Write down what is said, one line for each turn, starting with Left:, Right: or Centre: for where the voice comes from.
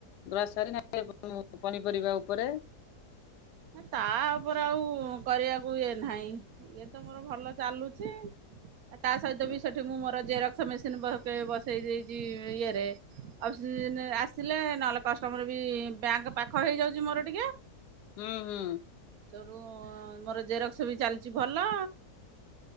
Left: ଗ୍ରସରି ନାଇଁ ପନିପରିବା ଉପରେ
Right: ତା ଉପରେ ଆଉ କରିବାକୁ ଇଏ ନାହିଁ ଇଏ ତ ମୋର ଭଲ ଚାଲୁଚି। ଆ ତା ସହିତ
Left: ହୁଁ
Right: ବି ସେଠି ମୁଁ ମୋର ଜେରକ୍ସ ମେସିନ ବକେ ବସେଇ ଦେଇଚି ଇଏରେ। ଅଫସି ଏଇନେ ଆସିଲେ ନହେଲେ କଷ୍ଟମର ବି ବ୍ୟାଙ୍କ ପାଖ ହେଇଯାଉଚି ମୋର ଟିକେ
Left: ହୁଁ ହୁଁ।
Right: ତଠୁ ମୋର ଜେରକ୍ସ ବି ଚାଲିଚି ଭଲ।